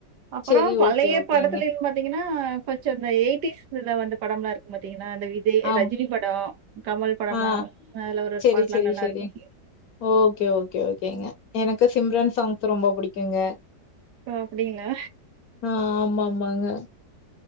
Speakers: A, on the right; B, on the left.
A: அப்பறம்
B: செரி
A: பழைய
B: ஓகே ஓகேங்க
A: படத்துல பாத்தீங்கனா கொஞ்சம் இந்த எயிட்டிஸ் வந்த படம்லாம் இருக்கும் பாத்தீங்கன்னா அந்த வித்
B: ஆம்
A: ரஜினி படம் கமல் படம்லாம்
B: ஆ
A: மேல ஒரு
B: செரி
A: பாட்டுலாம்
B: செரி
A: நல்லா
B: செரி
A: இருக்கும்
B: ஓகே ஓகே ஓகேங்க எனக்கு சிம்ரன் சாங்ஸ் ரொம்ப புடிக்குங்க
A: ஓ அப்டிங்களா
B: ஆ ஆமாம்மாங்க